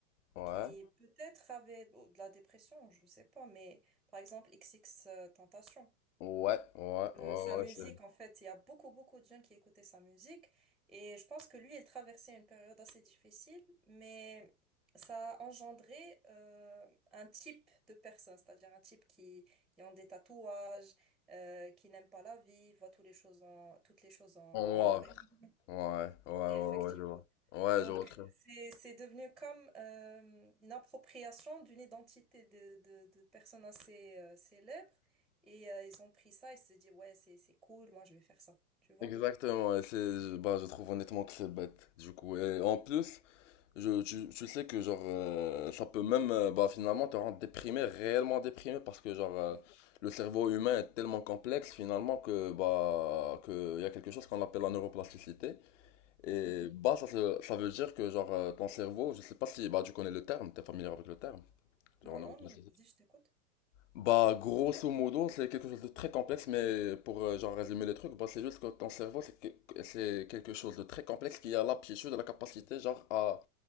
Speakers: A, on the left (about 55°); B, in the centre.
A: ouais,
B: qui peut-être avaient bon, de la dépression, je sais pas, mais par exemple XX Tentation.
A: ouais, ouais,
B: Euh,
A: ouais,
B: sa
A: ouais,
B: musique,
A: c'est...
B: en fait, il y a beaucoup, beaucoup de jeunes qui écoutaient sa musique. Et je pense que lui, il traversait une période assez difficile, mais ça a engendré euh, un type de personne, c'est-à-dire un type qui, qui ont des tatouages, euh, qui n'aime pas la vie, voit toutes les choses en, toutes les choses en, en
A: En noir.
B: noir et blanc.
A: Ouais, ouais, ouais,
B: Effectivement.
A: ouais, je vois. Ouais,
B: Donc,
A: je vois très bien.
B: c'est, c'est devenu comme euh, une appropriation d'une identité de, de, de personnes assez euh, célèbres. Et euh, ils ont pris ça et se dit, ouais, c'est, c'est cool, moi, je vais faire ça. Tu vois?
A: Exactement, et c'est, je- bah, je trouve honnêtement que c'est bête, du coup. Et en plus, Je, tu, tu sais que genre euh, ça peut même euh, bah finalement te rendre déprimé, réellement déprimé parce que genre euh,
B: Ouais.
A: le cerveau humain est tellement complexe finalement que bah que il y a quelque chose qu'on appelle la neuroplasticité et
B: Mhm.
A: bah ça se- ça veut dire que genre euh, ton cerveau, je sais pas si bah tu connais le terme, t'es familier avec le terme, genre
B: Non,
A: neuroplasticité.
B: non, mais vas-y, je t'écoute.
A: Bah grosso modo, c'est quelque chose de très complexe mais pour euh, genre résumer les trucs, bah c'est juste que ton cerveau c'est que- c'est quelque chose de très complexe qui a l'aptitude, la capacité genre à